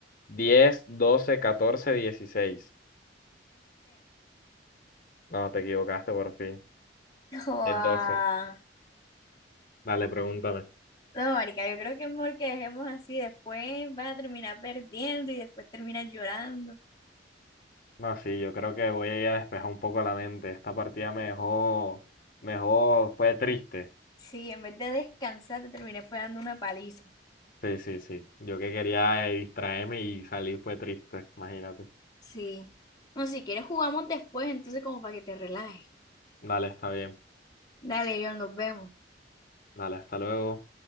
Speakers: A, on the left; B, on the left.
A: 10, 12, 14, 16. No, te equivocaste por fin.
B: <laughs> 16.
A: Es 12. Dale, pregúntame.
B: No, marica, yo creo que es mejor que dejemos así, después vas a terminar perdiendo y después terminas llorando.
A: No, sí, yo creo que voy a ir a despejar un poco la mente. Esta partida me dejó, me dejó, fue triste.
B: Sí, en vez de descansar te terminé fue dando una paliza.
A: Sí, sí, sí. Yo que quería eh, distraerme y salir fue triste, imagínate.
B: Sí. No, si quieres jugamos después, entonces como para que te relajes.
A: Dale, está bien.
B: Dale, yo nos vemos.
A: Dale, hasta luego.